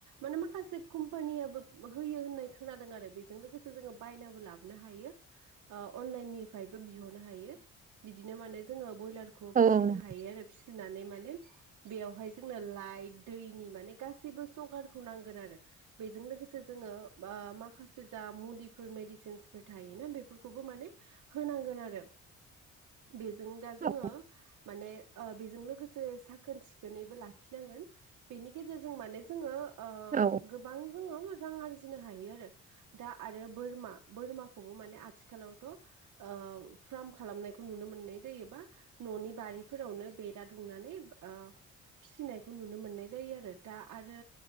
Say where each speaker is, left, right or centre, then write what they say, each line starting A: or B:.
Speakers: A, on the right (about 75°); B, on the right (about 25°).
A: माने माखासे कम्पानियाबो होयो हो नाय खोनादों आरो बेजों लोगोसे जोङो बायनाबो लाबोनो हायो। ओ अनलाइननिफ्रायबो बिहरनो हायो बिदिनो माने जोङो ब्रयलार खौ
B: औ
A: फिसिनो हायो आरो फिसिनानै माने बेवहाय जोंनो लाइट दैनि माने गासैबो जगारखौ नांगोन आरो। बेजों लोगोसे जोङो बा माखासे जा मुलिफोर मेडिसिनसफोर थायोना बेफोरखौबो माने होनांगोन आरो। बेजों दा जोङो
B: औ
A: माने बेजों लोगोसे साखोन सिखोनैबो ला खिनांगोन बेनि गेजेरजों माने जोङो ओ
B: औ।
A: गोबां जोंङो रां आर जिनो हायो आरो दा आरो बोरमा बोरमाखौबो माने आथिखालावथ' ओ फार्म खालामनायखौ नुनो मोननाय जायोबा न'नि बारिफोरावनो बेरा दुंनानै ओ फिसिनायखौ नुनो मोननाय जायो आरो दा आरो